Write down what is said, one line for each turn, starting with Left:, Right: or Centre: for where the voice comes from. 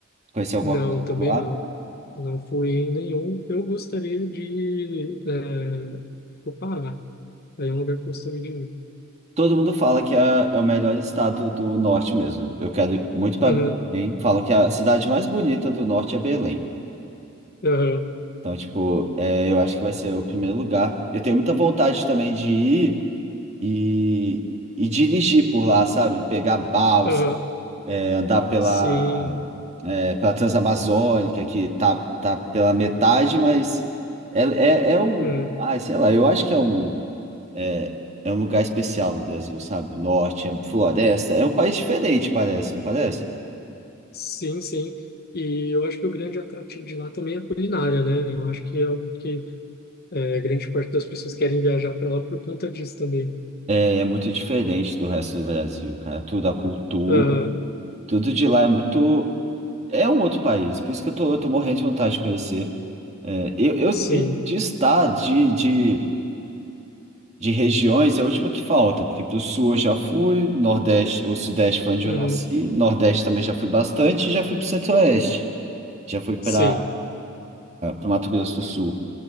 Right: Conheceu alguma
Left: Não,
Right: coisa
Left: também
Right: por lá?
Left: não. Não fui em nenhum. Eu gostaria de é, pro Pará. Aí é um lugar que eu gostaria de ir.
Right: Todo mundo fala que é, é o melhor estado do norte mesmo. Eu quero ir muito pra
Left: Uhum,
Right: Belém. Falam que a cidade mais bonita do norte é Belém.
Left: uhum,
Right: Então, tipo, é, eu acho que vai ser o primeiro lugar. Eu tenho muita vontade também de ir e, e dirigir por lá, sabe? Pegar balsa,
Left: uhum,
Right: é, andar pela
Left: sim.
Right: é, pela Transamazônica, que tá, tá pela metade, mas é, é, é um.
Left: Uhum.
Right: Ai, sei lá, eu acho que é um, é, é um lugar especial no Brasil, sabe? O norte, é floresta. É um país diferente, parece, não parece?
Left: Sim, sim. E eu acho que o grande atrativo de lá também é a culinária, né? Eu acho que é algo que é, grande parte das pessoas querem viajar para lá por conta disso também.
Right: É, é muito diferente do resto do Brasil, cara. Tudo, a cultura,
Left: Aham,
Right: tudo de lá é muito. É um outro país, por isso que eu tô, eu tô morrendo de vontade de conhecer. É, eu, eu
Left: sim.
Right: de, de estado, de, de De regiões é a última que falta, porque para o sul eu já fui, Nordeste, o Sudeste foi onde
Left: Uhum,
Right: eu nasci, Nordeste também já fui bastante, e já fui para o Centro-Oeste, já fui para
Left: sim.
Right: o Mato Grosso do Sul.